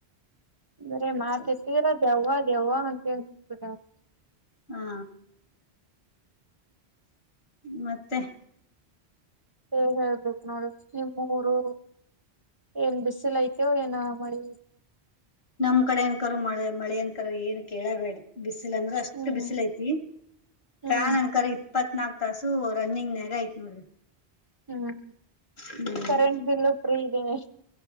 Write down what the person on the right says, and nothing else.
ಇದ್ರೆ ಮಾರ್ತ್ತಿದರ
ದೇವಾ <unintelligible> ದೆವ್ವ ಅಂತ ಹೇಳ ಕೂಡ <unintelligible>
ಏ ಹೇಳ್ಬೇಕು ನೋಡು ನಿಮ್ಮೂರು ಏನ್ ಬಿಸಲೈ ಕಿವ ಏನ ಮಾಡಿ.
ಹ್ಮ್
ಹ್ಮ್
ಹ್ಮ್
ಕರೆಂಟ್ ಬಿಲ್ ಪ್ರೀ ಇದೇ. <inaudible>